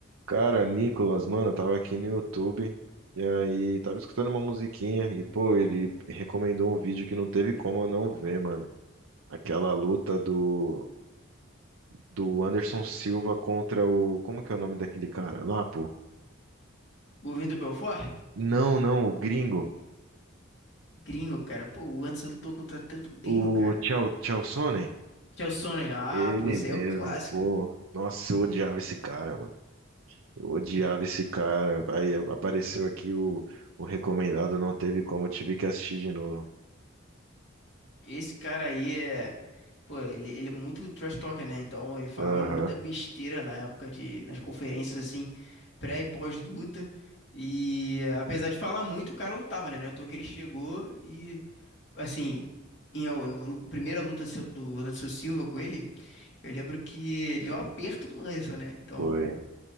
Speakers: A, on the right; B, on the left.
A: Cara, Nicolas, mano, eu tava aqui no YouTube e aí tava escutando uma musiquinha e, pô, ele recomendou um vídeo que não teve como eu não ver, mano. Aquela luta do, do Anderson Silva contra o. Como que é o nome daquele cara lá, pô?
B: O Vitor Belfort?
A: Não, não, o gringo.
B: Gringo, cara. Pô, o Anderson lutou contra tanto gringo,
A: O,
B: cara.
A: o Chael- Chaelsonnen?
B: Chael Ah,
A: Ele
B: pô, isso
A: mesmo,
B: aí é o clássico.
A: pô. Nossa, eu odiava esse cara, mano. Eu odiava esse cara. Aí apareceu aqui o, o recomendado, não teve como, eu tive que assistir de novo.
B: Esse cara aí é. Pô, ele, ele é muito trash talker, né? Então ele falava
A: Aham,
B: muita besteira na época de. Nas conferências, assim, pré e pós-luta. E eh, apesar de falar muito, o cara lutava, né? Não é à toa que ele chegou e, assim. Em, no, no primeira luta seu- do Anderson Silva com ele, eu lembro que ele deu um aperto do Anderson, né? Então,
A: foi.